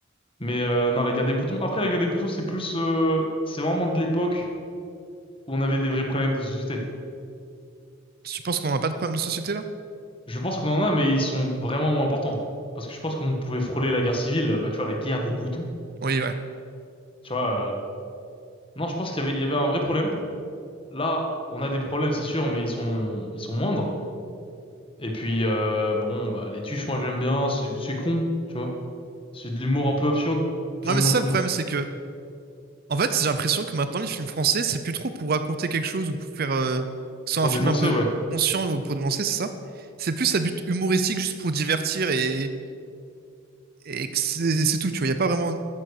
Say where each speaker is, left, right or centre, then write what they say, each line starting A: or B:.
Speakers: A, on the left; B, on the right.
A: Mais euh, non, la guerre des boutons. Après, la guerre des boutons, c'est plus, euh, c'est vraiment de l'époque. où on avait des vrais problèmes de société.
B: Tu penses qu'on n'a pas de problème de société là?
A: Je pense qu'on en a, mais ils sont vraiment moins importants. Parce que je pense qu'on pouvait frôler la guerre civile, bah tu vois, la guerre des boutons.
B: Oui, ouais.
A: Tu vois, euh, non, je pense qu'il y avait, il y avait un vrai problème. Là, on a des problèmes, c'est sûr, mais ils sont, ils sont moindres. Et puis, euh, bon, bah les tuches, moi j'aime bien, c'est, c'est con, tu vois. C'est de l'humour un peu absurde. J'aime
B: Ouais, mais
A: beaucoup,
B: c'est ça le
A: moi.
B: problème, c'est que en fait, j'ai l'impression que maintenant les films français, c'est plus trop pour raconter quelque chose ou pour faire euh, sans
A: Pour
B: un film
A: dénoncer,
B: un peu
A: ouais.
B: conscient ou pour dénoncer, c'est ça? C'est plus à but humoristique, juste pour divertir et, et que c'est c'est tout, tu vois. Il n'y a pas vraiment En